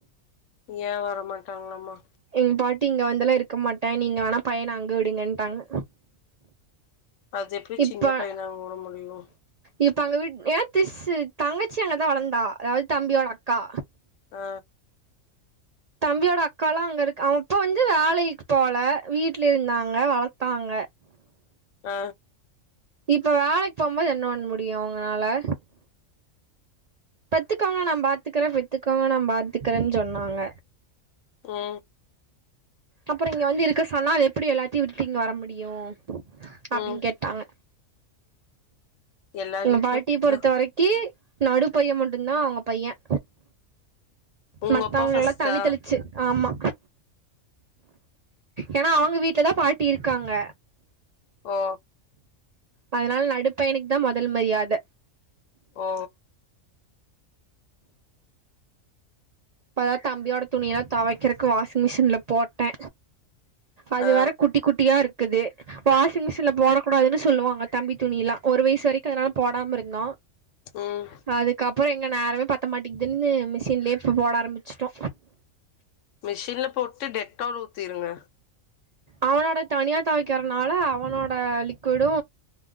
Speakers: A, on the left; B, on the right.
A: ஏ வரமாட்டாங்களா மா
B: எங்க பாட்டி இங்க வந்துல்லா இருக்க மாட்டே நீங்க வேனா பையன அங்க விடுங்கன் ட்டாங்க
A: அது எப்டி
B: இப்ப
A: சின்ன பையனா அங்க விட முடியு
B: இப்ப அங்க வீட் ஏ திஸ்ஸு தங்கச்சி அங்கதா வளர்ந்தா அதாவது தம்பியோட அக்கா
A: ஆ
B: தம்பியோட அக்காலா அங்க இருக்கு அவ அப்ப வந்து வேலக்கு போல வீட்ல இருந்தாங்க வளத் தாங்க
A: ஆ
B: இப்ப வேலக்கு போகும்போது என்ன பண்ண முடியு வவுங்கனால பெத்துக்கோங்க நா பாத்துக்கறே பெத்துக்கோக நா பாத்துக்கறேன்னு சொன்னாங்க
A: ஆ
B: அப்பறோ இங்க வந்து இருக்க சொன்னா அது எப்டி எல்லாத்தையு விட்டுட்டு இங்க வர முடியு அப்டின்னு
A: ம்
B: கேட்டாங்க
A: எல்லார்
B: எங்க
A: வீட்லயு
B: பாட்டிய
A: அப்டித்தா
B: பொறுத்த வரக்கி நடு பைய மட்டு தா அவங்க பையன்
A: உங்க
B: மத்தவங்களேல்லா
A: அப்பா ஃபஸ்ட்டா
B: தண்ணி தெளிச்சு ஆமா ஏனா அவுங்க வீட்டுல தா பாட்டி இருக்காங்க
A: ஓ
B: அதுனால நடுப்பயணுக்கு தா முதல் மரியாத
A: ஓ
B: இப்பத தம்பியோட துணியெல்லா துவைக்குறதுக்கு வாஷிங் மிஷின்ல போட்டே அது
A: ஆ
B: வரை குட்டி குட்டிய இருக்குது வாஷிங் மிஷினில் போடக்கூடாதுன்னு சொல்லுவாங்க தம்பி துணியிலா ஒரு வயசு வரைக்கு அதனால போடாம இருந்தோ
A: ம்
B: அதுக்கப் அப்பறோ எங்க நேரமே பத்த மாட்டிங்குதுன்னு மிஷின்லே இப்ப போட ஆரம்பிச்சுட்டோ
A: மிஷின்ல போட்டு டெட்டால் ஊத்திருங்க
B: அவனோடத தனியா துவைக்கிறதுனால அவனோட லிக்கிவிடு